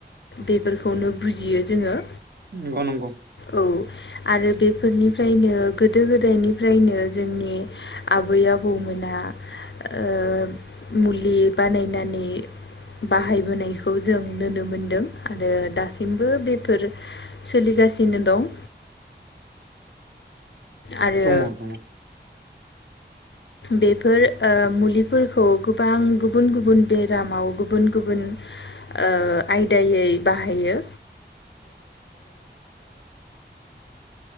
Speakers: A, on the left; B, on the right.
A: बेफोरखौनो बुजियो जोङो
B: नंगौ नंगौ
A: औ आरो बेफोरनिफ्रायनो गोदो गोदायनिफ्रायनो जोंनि आबै आबौमोना ओ मुलि बानायनानै बाहायबोनायखौ जों नोनो मोन दों आरो दासिमबो बेफोर सोलिगासिनो दं। आरो
B: दङ दङ।
A: बेफोर ओ मुलिफोरखौ गोबां गुबुन गुबुन बेरामाव गुबुन गुबुन ओ आयदायै बाहायो।